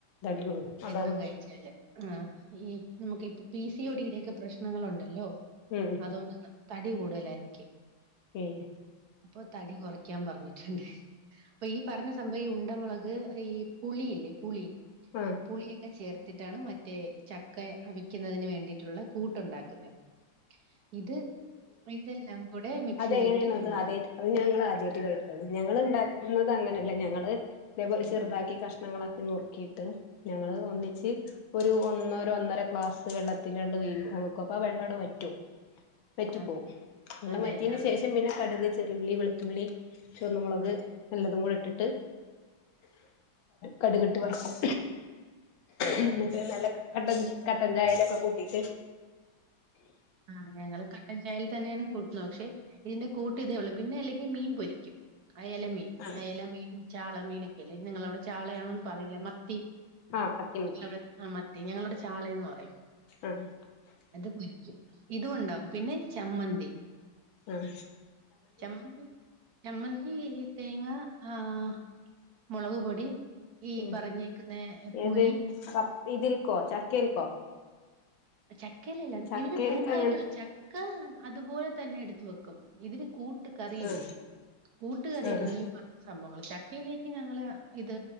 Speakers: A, on the left; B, on the right.
A: തടി കൂടും അതാണ്
B: എന്നും കഴിച്ചാല് ആഹ് ഈ നമുക്ക് ഇപ്പ പി സി ഒ ഡി ടെയൊക്കെ പ്രശ്നങ്ങളുണ്ടല്ലോ
A: ഉം
B: അതൊണ്ട് തടി കൂടുതല എനിക്ക്
A: എഹ്
B: അപ്പൊ തടി കൊറയ്ക്കാൻ പറഞ്ഞിട്ട്ണ്ട് ഇപ്പ ഈ പറഞ്ഞ സംഭവം ഈ ഉണ്ടമൊളക് ഈ പുളിയില്ലേ പുളി
A: ആഹ്
B: പുളിയൊക്കെ ചേർത്തിട്ടാണ് മറ്റേ ചക്ക അവിക്കുന്നതിന് വേണ്ടിയിട്ടുള്ള കൂട്ടുണ്ടാക്കുന്നത് ഇത് ഇതെല്ലാം കൂടെ മിക്സിയിലിട്ട്
A: അതെങ്ങനെയാണ്ത്
B: നമ്മളാക്കും
A: ആദ്യ അത് ഞങ്ങൾ ആദ്യായിട്ട് കേക്കാണ് ഞങ്ങള്ണ്ട ന്നത് അങ്ങനെയല്ല ഞങ്ങള് ഇതേപോലെ ചെറുതാക്കി
B: ഉം
A: കഷ്ണങ്ങളാക്കി നുറുക്കിയിട്ട് ഞങ്ങള് ഒന്നിച്ച് ഒരു ഒന്നര ഒന്നര ക്ലാസ് വെള്ളത്തിലാണ്ട് വേവിക്കവെക്കും അപ്പ വെള്ളവിടെ വറ്റും വറ്റിപ്പോവും
B: അതെ അതെ
A: വെള്ളം
B: അതെ
A: വറ്റിയേന്റെ
B: ആഹ്
A: ശേഷം പിന്നെ കട്ക് ചെറിയുള്ളി വെളുത്തുള്ളി ചുവന്നമൊളക്
B: അതെ
A: എല്ലാതും കൂടെ ഇട്ടിട്ട് കടുകിട്ട് വറക്കും
B: അതെല്ലേ
A: എന്നിട്ട് നല്ല കട്ടൻ കട്ടൻചായയിലൊക്കെ കൂട്ടീട്ട്
B: ആഹ് ഞങ്ങള് കട്ടൻ ചായേല് തന്നെയാണ് കൂട്ടുന്നത് പക്ഷെ ഇതിന്റെ കൂട്ട് ഇതേ ഒള്ളൂ പിന്നെ അല്ലെങ്കിൽ മീൻ പൊരിക്കും അയല മീൻ
A: ആഹ്
B: അയല മീൻ ചാളമീനൊക്കെ ല്ലേ അതിൻ നിങ്ങളവിടെ ചാളയാണന്ന് പറയില്ല മത്തി
A: ആഹ് മത്തി
B: ഞങ്ങളവിടെ
A: മത്തി
B: ആഹ് മത്തി ഞങ്ങളുടെ ചാളയന്ന് പറയും
A: ആഹ്
B: ന്നട്ട് പൊരിക്കും ഇതും ഉണ്ടാവും പിന്നെ ചമ്മന്തി
A: ആഹ്
B: ചമ്മന്തി ചമ്മന്തി തേങ്ങ ആഹ് മൊളക് പൊടി ഈ
A: ഉം
B: പറഞ്ഞേരക്കുന്ന പുളി
A: ഏത് കപ് ഇതിൽക്കോ ചക്കേൽക്കോ
B: ചക്കലല്ല
A: ചക്കേൽക്ക്
B: ഇതിന്റെ കൂട്ടായിട്ട്
A: അങ്ങനത്തെ
B: ച ക്ക അതുപോലെ തന്നെ എടുത്തു വെക്കും ഇതിന് കൂ കൂട്ട് കറിയില്ലേ
A: ആഹ്
B: കൂട്ടുകറിയല്ലാണ്
A: ആഹ്
B: ഈ പറഞ്ഞ സംഭവങ്ങള് ചക്കയിലേക്ക് ഞങ്ങള് ഇത്